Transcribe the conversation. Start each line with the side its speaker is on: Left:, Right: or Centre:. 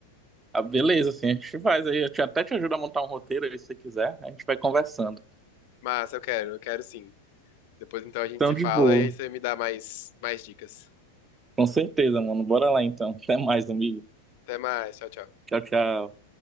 Right: Ah, beleza, assim, a gente faz aí. Eu te- até te ajudo a montar um roteiro aí, se você quiser. A gente vai conversando.
Left: Mas eu quero, eu quero sim. Depois então a gente
Right: Então,
Left: se
Right: de
Left: fala
Right: boa.
Left: e aí você me dá mais mais dicas.
Right: Com certeza, mano. Bora lá, então. Até mais, amigo.
Left: Até mais, tchau, tchau.
Right: Tchau, tchau.